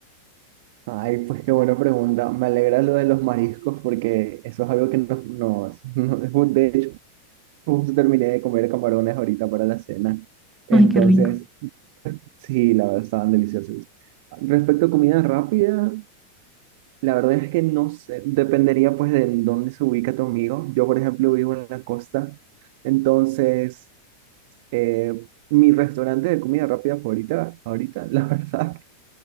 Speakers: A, on the right (about 50°); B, in the centre.
A: Ay, pues qué buena pregunta. Me alegra lo de los mariscos porque eso es algo que nos, nos, <laughs> nos- de hecho, justo terminé de comer camarones ahorita para la cena. Entonces,
B: Ay, qué rico.
A: sí, la verdad, estaban deliciosos. Respecto a comida rápida, la verdad es que no sé, dependería pues de en dónde se ubica tu amigo. Yo, por ejemplo, vivo en la costa. Entonces, eh, mi restaurante de comida rápida favorita, ahorita, <laughs> la verdad,